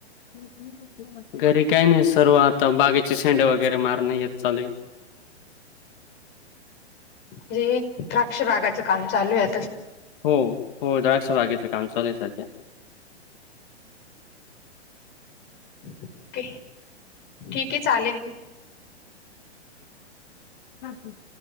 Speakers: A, on the left (about 50°); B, on the left (about 30°).
A: हम् हम् ह्म घरी काही नाही सर्व आता बागेचे शेंडे वगैरे मार नाही येत चालू
B: जे ही द्राक्ष बागाच काम चालू हे
A: हो हो द्राक्ष बागेचं काम चालूल सध्या <inaudible> <inaudible>
B: ओके ठीक की चालेल मं
A: हम् हम्